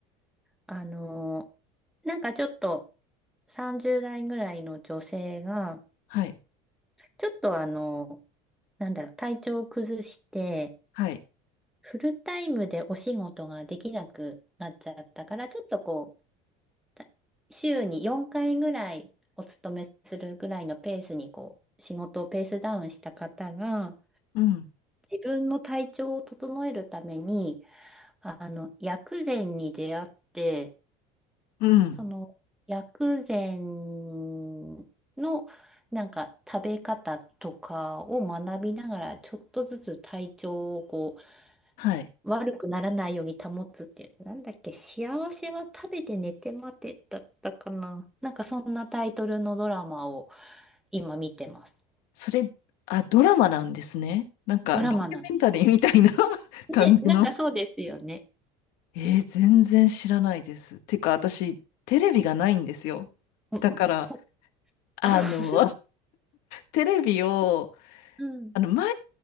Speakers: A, in the centre; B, on the left (about 65°).
A: あのーなんかちょっと30代ぐらいの女性が、
B: はい、
A: ちょっとあのなんだろう、体調を崩して、
B: はい、
A: フルタイムでお仕事ができなくなっちゃったから、ちょっとこう、た週に4回ぐらいお勤めするぐらいのペースにこう、仕事をペースダウンした方が、
B: うん、
A: 自分の体調を整えるために、あの、薬膳に出会って、
B: うん、
A: その薬膳のなんか食べ方とかを学びながらちょっとずつ体調をこう
B: はい。
A: 悪くならないように保つってなんだっけ幸せは食べて寝て待てだったかななんかそんなタイトルのドラマを今見てます。
B: それ、あ、ドラマなんですね。なんか、
A: ドラマなんで。
B: ドキュメンタリーみたいな <laughs> 感じの。
A: ね、なんかそうですよね。
B: えー、全然知らないです。てか、私、テレビがないんですよ。
A: うんうんほ
B: だから、あの、
A: <laughs>
B: テレビを、
A: うん。
B: あの、前、